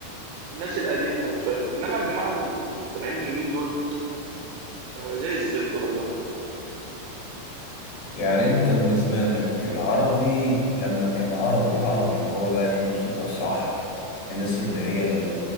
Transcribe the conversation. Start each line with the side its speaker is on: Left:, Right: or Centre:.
Right: الناس القديمه شويه دي انما الجماعه اللي طالعين اليومين دول آه زي الزفت كلها
Left: يعني أنت بالنسبة لك العربي لما كان عربي عربي اللي هو بقى إيه الموسيقى الصح الناس اللي هي ال-